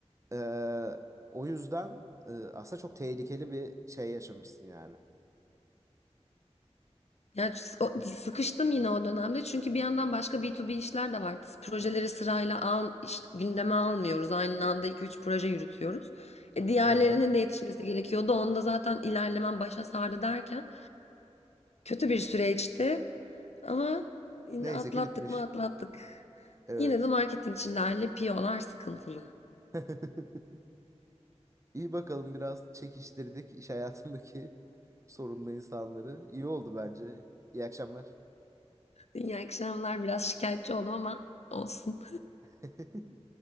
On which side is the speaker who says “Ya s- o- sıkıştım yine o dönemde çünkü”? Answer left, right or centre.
Left